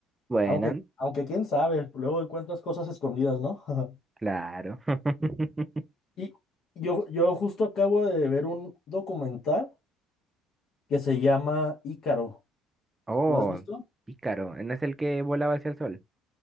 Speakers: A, on the right; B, on the left.
A: Bueno,
B: Aunque, aunque quién sabe, luego encuentras cosas escondidas, ¿no? <laughs>
A: claro. <laughs>
B: Y yo, yo justo acabo de ver un documental que se llama Ícaro.
A: Oh,
B: ¿Lo has visto?
A: pícaro. ¿No es el que volaba hacia el sol?